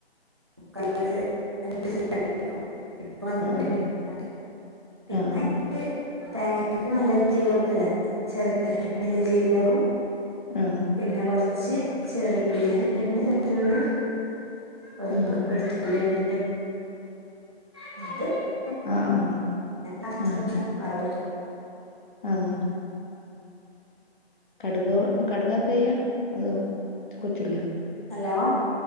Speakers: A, on the right; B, on the left.
A: <unintelligible>
B: ആഹ്
A: ഇട്ടാണ്ട് പിന്നെ
B: ആഹ്
A: നിക്ക് തേങ്ങക്ക് നല്ല ജീരക അല്ല ചെറിയലിയ ജീരകോം
B: ആഹ്
A: പിന്നെ കൊർച്ച് ചെറ്യേ രണ്ട് ചെറ്യേള്ളീം ഒരു
B: ആഹ്
A: വെള്തുള്ളീം <unintelligible>
B: ആഹ്
A: നഷ്ടന്ന്
B: ആഹ്
A: വറവിടും
B: ആഹ് കട്കൊ കടകക്കെയ്യ അത് കൊച്ചുള്യോ
A: ഹലോ